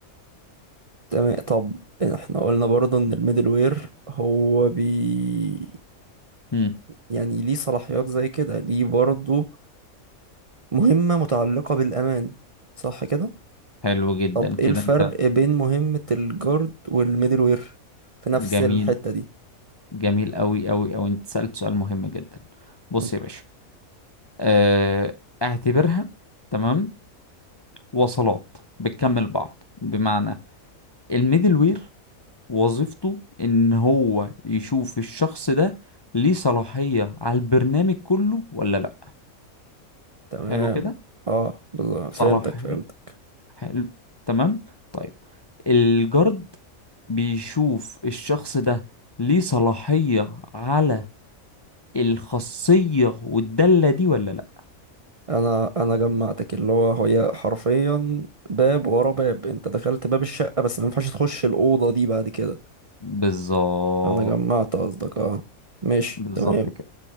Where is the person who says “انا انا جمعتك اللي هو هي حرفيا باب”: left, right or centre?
Right